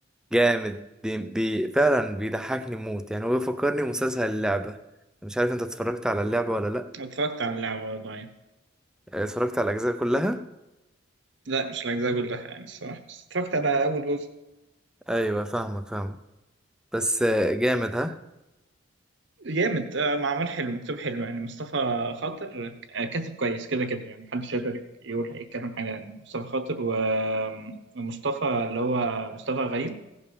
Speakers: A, in the centre; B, on the right.
A: جامد بي بي فعلا بيضحكني موت يعني هو بيفكرني بمسلسل اللعبة مش عارف انت اتفرجت على اللعبة ولا لأ
B: اتفرجت على اللعبة والله يعني.
A: آه، اتفرجت على الأجزاء كلها
B: لا مش الاجزاء كلها يعني الصراحة بس اتفرجت على اول جزء
A: أيوة فاهمك فاهمك بس آه، جامد ها
B: جامد آه، معمول حلو مكتوب حلو يعني مصطفى خاطر ك- آه، كاتب كويس كده كده يعني محدش يقدر يقول يتكلم حاجة عن مصطفى خاطر و- ومصطفى اللي هو مصطفى غريب